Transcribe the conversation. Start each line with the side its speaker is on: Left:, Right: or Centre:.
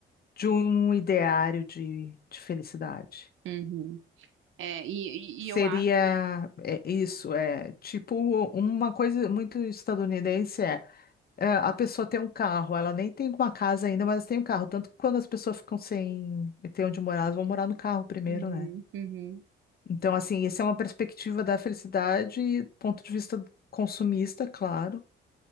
Left: de um ideário de, de felicidade.
Right: uhum. É, e,
Left: Seria
Right: e, e eu acho.
Left: é, isso, é tipo uma coisa muito estadunidense é, é, a pessoa tem um carro, ela nem tem uma casa ainda, mas tem um carro. Tanto que quando as pessoas ficam sem ter onde morar, elas vão morar no carro primeiro,
Right: Uhum,
Left: né?
Right: uhum.
Left: Então, assim, essa é uma perspectiva da felicidade, ponto de vista consumista, claro,